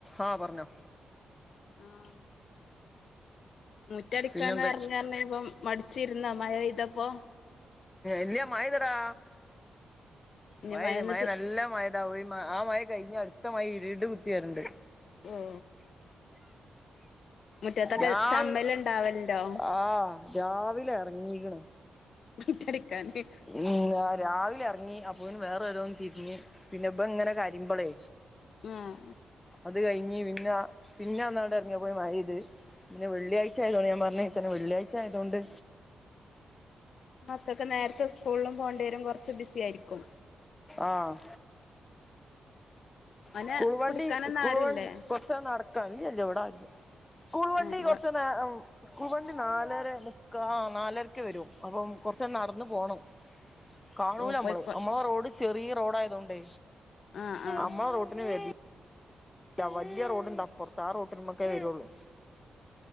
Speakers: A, on the left; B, on the left.
A: ആഹ് പറഞ്ഞോ
B: ആഹ് മുറ്റടിക്കൻ
A: പിന്നെന്ത
B: <unintelligible> മടിച്ചിരുന്ന മയപെയ്തപ്പോ
A: ഇല്ല മയെയ്തെടാ
B: ഇനി
A: മഴെയ്ത്
B: മഴന്ന്
A: മഴ നല്ല മഴ എന്താവോ ആ മയ കഴിഞ്ഞ് അടുത്ത മയ ഇരിട് കുത്തി വര്ണ്ട്
B: ഓ മുറ്റത്തൊക്കെ
A: രാവി
B: ചമ്മല് ഉണ്ടാവലുണ്ടോ
A: ആഹ് രാവിലെ എറങ്ങീക്ണ്
B: മുറ്റടിക്കാന്
A: ഉം രാവിലെ ഇറങ്ങി അപ്പോനി വേറെ ഓ രോന്ന് തിരിഞ്ഞ് പിന്നെ ഇബ ഇങ്ങനെ കരിമ്പളേ
B: ഉം
A: അത് കഴിഞ്ഞ് പിന്നെ പിന്നെന്നോട്ടെ റങ്ങിയാപ്പതിന് മയയ്ത് പിന്നെ വെള്ളിയാഴ്ചയതോണ്ട് ഞാൻ പറഞ് ഇച്ച്ന്ന് വെള്ളിയാഴ്ച ആയതോണ്ട്
B: മക്കൾക് നേരത്തെ സ്കൂളിലും പോണ്ടിവരും കുറച്ച് ബിസി ആയിരിക്കും
A: ആഹ്
B: ഓനെ
A: സ്കൂൾ വണ്ടി
B: പിടിക്കാനൊന്നും
A: സ്കൂൾ
B: ആരുല്ലേ
A: വണ്ടി കൊറച്ചണ് നടക്കാണ്ട് ഇല്ല ഇല്ല ഇവിടെ അ സ്കൂൾ വണ്ടി
B: ആഹ് ഇങ്ങള്
A: കൊറച്ച് നാ ഉം സ്കൂൾ വണ്ടി നാലര മുക്കാ ആ നാലരക്ക് വെരും അപ്പം കൊറച്ചണ് നടന്ന് പോണം. കാണൂല
B: ഓഹ് പോയിക്കോ
A: അമ്മള് അമ്മളെ റോഡ് ചെറിയെ റോഡ് ആയതോണ്ടെ
B: ആഹ് ആഹ്
A: അമ്മളെ റോട്ടിന് വര ല്ല വല്ല്യയ റോഡിണ്ട് അപ്പർത്ത് ആ റോട്ടി മക്കെ വരൊള്ളൂ.